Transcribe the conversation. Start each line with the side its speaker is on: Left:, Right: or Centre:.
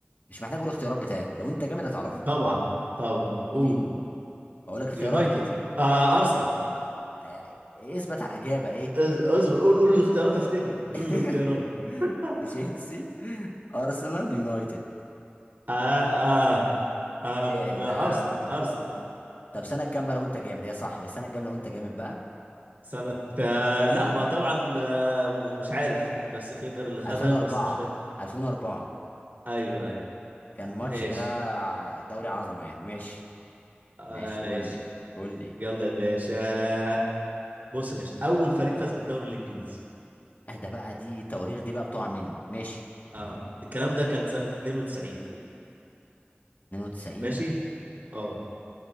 Left: مش محتاج اقول اختيارات بتاعي لو انت جامد هتعرفه
Right: طبعا طبعا قول
Left: مين اقول لك اختيارات
Right: يونايتد آه ارسنال
Left: آه، إيه اثبت على الاجابة ايه
Right: أز- اصبر قول قول الاختيارات افتكر
Left: <laughs>
Right: قول الاختيارات <laughs>
Left: تشيلسي ارسنال يونايتد
Right: آه آه آم،
Left: ايه ده
Right: ارسنال ارسنال
Left: طب سنه كام بقى لو انت جامد هي صح بس سنه كام لو انت جامد بقى
Right: سنة آه لا ما طبعا آه م- مش عارف بس فينجر اللي خدها
Left: 2004
Right: بس مش فاكر
Left: 2004
Right: ايوه ايوه
Left: كان ماتش
Right: ماشي
Left: ده دوري عظمه يعني ماشي
Right: آه،
Left: ماشي
Right: ماشي
Left: قول لي قول لي
Right: يلا يا باشا بص يا باشا اول فريق فاز بالدوري الانجليزي
Left: ايه ده بقى دي تواريخ دي بقى بتقع مني ماشي
Right: اه الكلام ده كان سنة 92
Left: 92
Right: ماشي اه